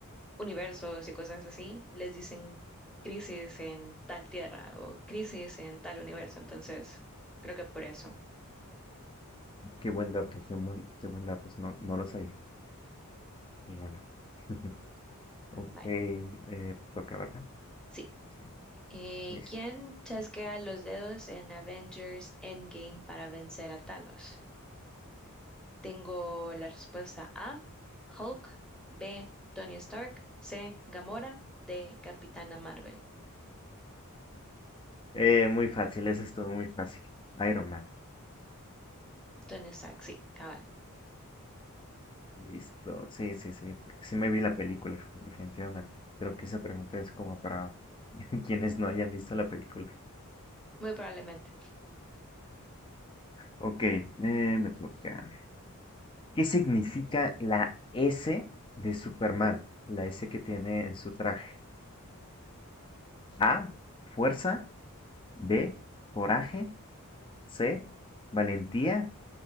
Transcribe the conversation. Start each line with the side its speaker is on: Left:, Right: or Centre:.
Centre: universos y cosas así, les dicen crisis en tal tierra o crisis en tal universo. Entonces, creo que por eso.
Left: Qué buen dato, qué buen, qué buen dato. No, no lo sabía. Y bueno. <laughs> Ok,
Centre: Mm, Bye.
Left: eh, toca, ¿verdad?
Centre: Sí.
Left: Sí,
Centre: Eh,
Left: listo.
Centre: ¿quién chasquea los dedos en Avengers Endgame para vencer a Thanos? Tengo la respuesta A, Hulk, B, Tony Stark, C, Gamora, D, Capitana Marvel.
Left: Eh, muy fácil, eso estuvo muy fácil. Iron Man.
Centre: Tony Stark, sí, cabal.
Left: Listo. Sí, sí, sí. Sí me vi la película, definitivamente. Creo que esa pregunta es como para <laughs> quienes no hayan visto la película.
Centre: Muy probablemente.
Left: Ok, eh, me toca. ¿Qué significa la S de Superman? La S que tiene en su traje. A, fuerza. B, coraje. C, valentía.